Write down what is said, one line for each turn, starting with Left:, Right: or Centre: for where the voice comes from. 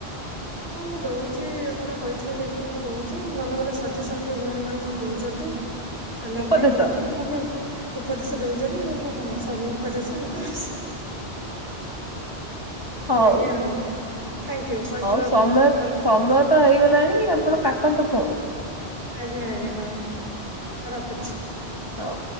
Right: ହଁ ମୁଁ ଦଉଚି ଆପଣ କହିଥିଲେ ଯେମିତି ମୁଁ ଦଉଚି ଭଲ ଭଲ ସଜେସନ୍ ବି ଭଉଣୀ ମାନେ ସବୁ ଦଉଛନ୍ତି। ଥଣ୍ଡା
Left: ଉପଦେଶ
Right: ପାଇଁ ଏ ପାଇଁ ମୁ ଉପଦେଶ ଦଉଚନି ହଁ ସରି ଉପଦେଶ ମୁଁ କରୁଛି।
Left: ହଉ
Right: ଆଜ୍ଞା ହଁ ଥାଂକ୍ୟୁ କହିଥିବା
Left: ହଉ ସମୟ
Right: ଭଲ
Left: ସମୟ ତ ହେଇଗଲାଣି ଆପଣ କାଟନ୍ତୁ ଫୋନ୍?
Right: ଆଜ୍ଞା, ଆଜ୍ଞା, ହଁ ରଖୁଛି।
Left: ହୋଉ।